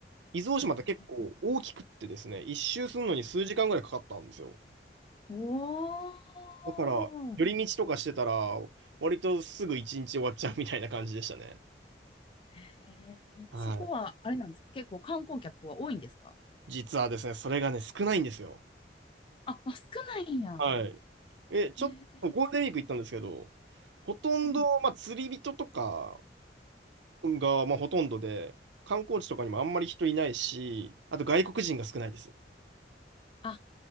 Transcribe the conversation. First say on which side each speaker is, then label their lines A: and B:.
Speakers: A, on the right; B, on the left.
A: 伊豆大島って結構大きくってですね、
B: へえ。
A: 一周するのに数時間ぐらいかかったんですよ。
B: おー。
A: だから、寄り道とかしてたら、割とすぐ一日終わっちゃうみたいな感じでしたね。
B: へえ。
A: はい
B: そこは、あれなんですか結構観光客は多いんですか
A: 実はですね、それがね、少ないんですよ。
B: あ、あ、少ないんや。
A: はい。え、ちょっとゴールデンウィーク行ったんですけど、
B: へえ。
A: ほとんど、
B: うん。
A: まあ、釣り人とかが、まあ、ほとんどで、観光地とかにもあんまり人いないし、あと外国人が少ないです。
B: あ、